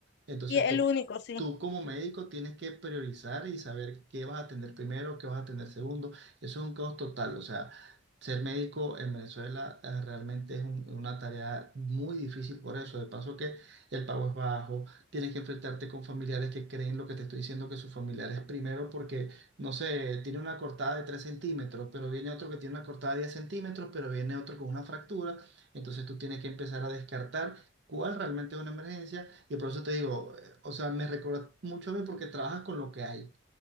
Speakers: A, on the right (about 60°); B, on the left (about 55°).
A: Entonces,
B: y el
A: tú...
B: único, sí,
A: Tú como médico tienes que priorizar y saber qué vas a atender primero, qué vas a atender segundo. Eso es un caos total. O sea, ser médico en Venezuela eh, realmente es un- una tarea muy difícil por eso. De paso que el pago es bajo, tienes que enfrentarte con familiares que creen lo que te estoy diciendo que sus familiares primero porque, no sé, tiene una cortada de 3 centímetros, pero viene otro que tiene una cortada de 10 centímetros, pero viene otro con una fractura. Entonces tú tienes que empezar a descartar cuál realmente es una emergencia. Y por eso te digo, eh, o sea, me recuerda mucho a mí porque trabajas con lo que hay.